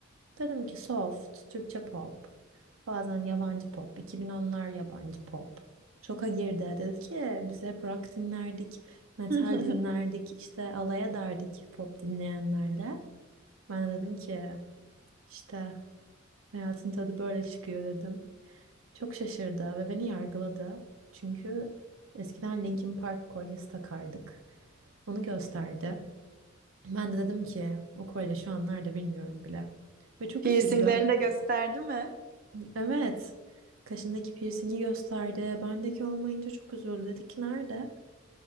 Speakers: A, on the right; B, on the right.
A: Dedim ki soft, Türkçe pop, bazen yabancı pop, 2010'lar yabancı pop. Şoka girdi. Dedi ki biz hep rock dinlerdik, metal
B: <laughs>
A: dinlerdik, işte alay ederdik pop dinleyenlerle. Ben de dedim ki işte hayatın tadı böyle çıkıyor dedim. Çok şaşırdı ve beni yargıladı. Çünkü eskiden Linkin Park kolyesi takardık. Onu gösterdi. Ben de dedim ki o kolye şu an nerede bilmiyorum bile. Ve çok
B: Piercinglerini
A: üzüldü.
B: de gösterdi mi?
A: Evet. Kaşındaki piercingi gösterdi. Bendeki olmayınca çok üzüldü. Dedi ki nerede?